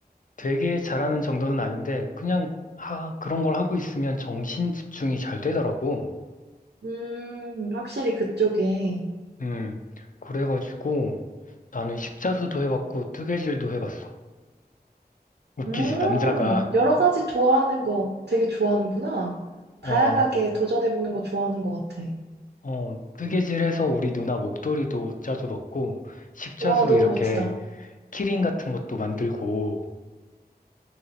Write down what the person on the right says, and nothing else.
음, 확실히 그쪽에.
음,
여러 가지 좋아하는 거 되게 좋아하는구나.
다양하게 도전해보는 거 좋아하는 것 같아.
와, 너무
멋지다.